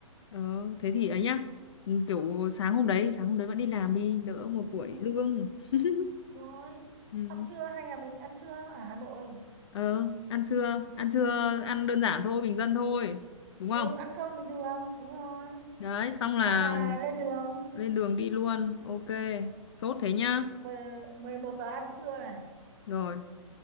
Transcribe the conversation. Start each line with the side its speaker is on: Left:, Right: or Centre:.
Left: ờ thế thì ấy nhá Ừ, kiểu sáng hôm đấy sáng hôm đấy vẫn đi làm đi đỡ một buổi
Right: ừ.
Left: lương <laughs>
Right: rồi
Left: ừ.
Right: xong trưa 2 nhà mình ăn trưa ở Hà Nội
Left: ờ ăn trưa ăn trưa ăn đơn giản thôi bình dân thôi đúng không
Right: ừ, ăn cơm bình thường đúng rồi
Left: đấy xong là
Right: xong là lên đường
Left: lên đường đi luôn ok chốt thế nhá
Right: mười mười một giờ ăn trưa này
Left: rồi